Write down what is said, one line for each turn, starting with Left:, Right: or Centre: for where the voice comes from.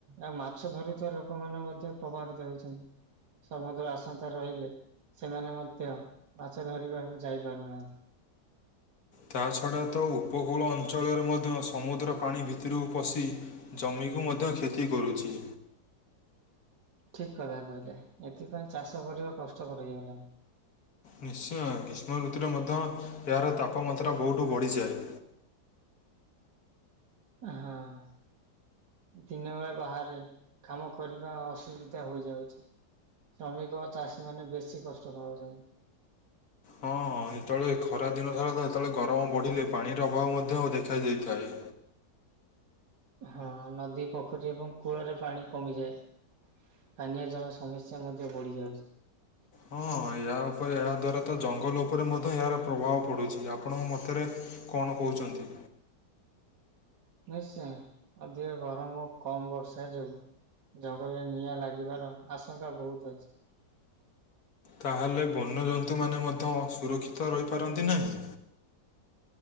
Right: ଆଉ ମାଛ ଧରୁଥିବା ଲୋକମାନେମଧ୍ୟ ପ୍ରଭାବିତ ହେଉଚନ୍ତି। ସମୁଦ୍ର ଅସାନ୍ତ ରହିଲେ ସେମାନେ ମଧ୍ୟ ମାଛ ଧରିବାକୁ ଯାଇପାରୁ ନାହାଁନ୍ତି।
Left: ତାଛଡ଼ା ତ ଉପକୂଳ ଅଞ୍ଚଳରେ ମଧ୍ୟ ସମୁଦ୍ର ପାଣି ଭିତରକୁ ପଶି ଜମିକୁ ମଧ୍ୟ କ୍ଷତି କରୁଚି।
Right: ଠିକ୍ କଥା କହିଲେ ଏଥିପାଇଁ ଚାଷ କରିବା କଷ୍ଟକର ହେଇଗଲାଣି।
Left: ନିଶ୍ଚୟ ଗ୍ରୀଷ୍ମ ଋତୁରେ ମଧ୍ୟ ଏହାର ତାପମାତ୍ରା ବହୁଠୁ ବଢ଼ିଯାଏ।
Right: ହଁ। ଦିନବେଳେ ବାହାରେ କାମ କରିବା ଅସୁବିଧା ହୋଇଯାଉଛି। ଶ୍ରମିକ ଚାଷୀ ମାନେ ବେଶୀ କଷ୍ଟ ପାଉଛନ୍ତି,
Left: ହଁ ଯେତେବେଳେ ଖରା ଦିନ <unintelligible> ଯେତେବେଳେ ଗରମ ବଢ଼ିଲେ ପାଣିର ଅଭାବ ମଧ୍ୟ ଦେଖାାଯାଇଥାଏ,
Right: ହଁ ନଦୀ ପୋଖରୀ ଏବଂ କୂଳରେ ପାଣି କମିଯାଏ, ପାନୀୟ ଜଳ ସମସ୍ୟା ମଧ୍ୟ ବଢ଼ି ଯାଉଛି,
Left: ହଁ ଏହା ଉପରେ ଏହା ଦ୍ୱାରା ତ ଜଙ୍ଗଲ ଉପରେ ମଧ୍ୟ ଏହାର ପ୍ରଭାବ ପଢ଼ୁଛି ଆପଣଙ୍କ ମତରେ, କଣ କହୁଛନ୍ତି,
Right: ନିଶ୍ଚୟ ଅଧିକ ଗରମ ଓ କମ୍ ବର୍ଷା ଯୋଗୁ, ଜଙ୍ଗଲରେ ନିଆଁ ଲାଗିବାର ଆଶଙ୍କା ବହୁତ୍ ଅଛି,
Left: ତାହେଲେ ବନ୍ୟଜନ୍ତୁମାନେ ମଧ୍ୟ ଅସୁରକ୍ଷିତ ରହିପାରନ୍ତି ନାହିଁ,